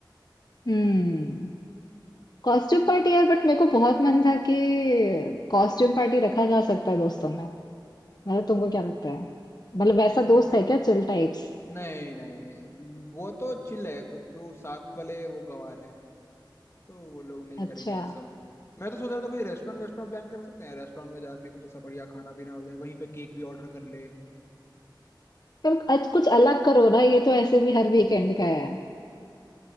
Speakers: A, on the left; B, on the left.
A: हम्म कॉस्ट्यूम पार्टी यार बट मेरे को बहुत मन था कि कॉस्ट्यूम पार्टी रखा जा सकता है दोस्तों में मतलब तुमको क्या लगता है मतलब
B: हम्म,
A: वैसा दोस्त है क्या चिल टाइप्स
B: नहीं नहीं वो तो चिल है पर जो साथ वाले वो गवार है तो वो लोग नहीं करेंगे
A: अच्छा
B: ये सब मैं तो सोच रहा था कुछ रेस्टोरेंट वेस्टोरेंट प्लान कर सकते हैं रेस्टोरेंट में जाके कुछ ऐसा बढ़िया खाना पीना हो जाए वहीं पे केक भी ऑर्डर कर ले
A: पर आज कुछ अलग करो ना ये तो ऐसे भी हर वीकेंड का है